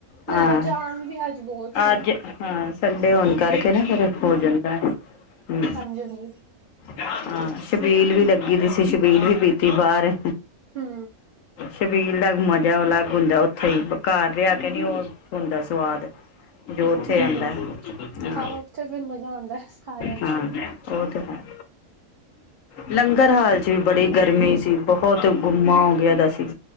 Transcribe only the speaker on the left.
ਹਾਂ
ਅੱਜ, ਹਾਂ ਸੰਡੇ ਹੋਣ ਕਰਕੇ ਨਾ ਫਿਰ ਹੋ
ਜਾਂਦਾ ਹਮ।
ਹਾਂ, ਸ਼ਬੀਲ ਵੀ ਲੱਗੀ ਦੀ ਸੀ ਸ਼ਬੀਲ ਵੀ ਪੀਤੀ ਬਾਹਰ।
ਸ਼ਬੀਲ ਦਾ ਮਜ਼ਾ ਅਲੱਗ ਹੁੰਦਾ। ਉੱਥੇ ਹੀ, ਘਰ ਲਿਆ ਕੇ ਨੀ ਹੁੰਦਾ ਉਹ ਹੁੰਦਾ ਸਵਾਦ। ਜੋ ਉੱਥੇ
ਆਂਦਾ ਹਾਂ,
ਹਾਂ। ਉਹ ਤੇ ਹੈ। ਲੰਗਰ ਹਾਲ ਚ ਵੀ ਬੜੀ ਗਰਮੀ ਸੀ। ਬਹੁਤ ਗੁੰਮਾ ਹੋ ਗਿਆ ਦਾ ਸੀ।